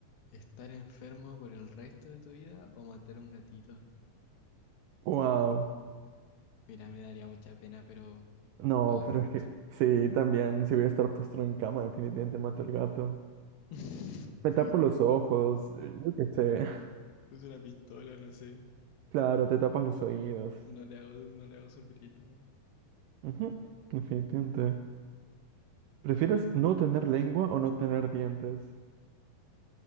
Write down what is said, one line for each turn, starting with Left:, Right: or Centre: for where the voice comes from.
Left: Estar enfermo por el resto de tu vida o matar a un gatito.
Right: Wow.
Left: Mira, me daría mucha pena, pero
Right: No,
Left: lo lamento.
Right: pero es que sí, también, si voy a estar postrado en cama, definitivamente mato al gato.
Left: <laughs>
Right: Me tapo los ojos, eh, yo qué sé. <laughs>
Left: Es una pistola, no sé.
Right: Claro, te tapas los oídos.
Left: No le hago, no le hago sufrir, no.
Right: Ujú, Definitivamente. ¿Prefieres no tener lengua o no tener dientes?